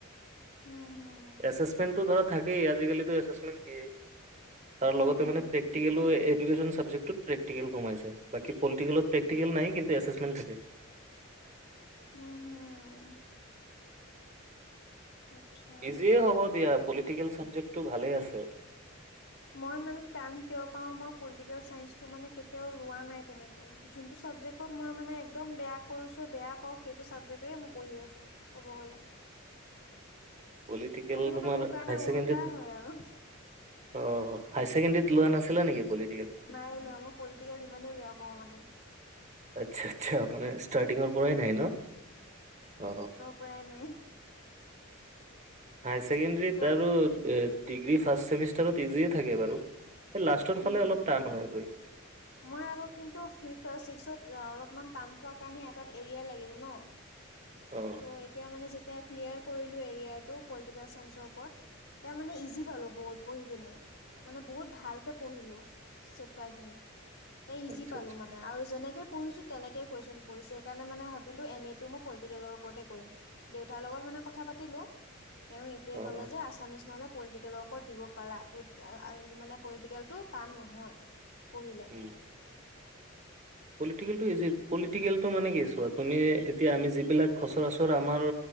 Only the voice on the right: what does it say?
এছেচমেণ্ট ধৰা থাকেই, আজিকালিটো এছেচমেণ্ট দিয়েই। তাৰলগতে
মানে প্ৰেক্টিকেলো এডু কেচন চাবজেক্টটোত প্ৰেক্টিকেল কমাইছে, পলটিকেলত প্ৰক্টিকেল নাই কিন্তু এছেচমেণ্ট থাকে।
ইজিয়ে হ'ব দিয়া, পলিটিকেল চাবজেক্টটো ভালেই আছে।
পলিটিকেল
তোমাৰ
হায় ছেকেণ্ডাৰীত
অ',
হাই ছেকেণ্ডাৰীত লোৱা নাছিলা নেকি পলিটিকেল?
আচ্ছা, আচ্ছা মানে ষ্টাৰ্টিঙৰ পৰাই নাই ন অ'।
হায় ছেকেণ্ডৰীত
আৰু ডিগ্ৰী ফাৰ্ষ্ট চেমিষ্টাৰত ইজিয়ে থাকে বাৰু। এ লাষ্টৰ
ফালে অলপ টান হৈ গৈ।
অ
আচ্ছা
আচ্ছা
অ
অ
উম। পলিটিকেলটো ইজি পলিটিকেলটো মানে কি চোৱা তুমি এতিয়া আমি যিবিলাক সচৰাচৰ আমাৰ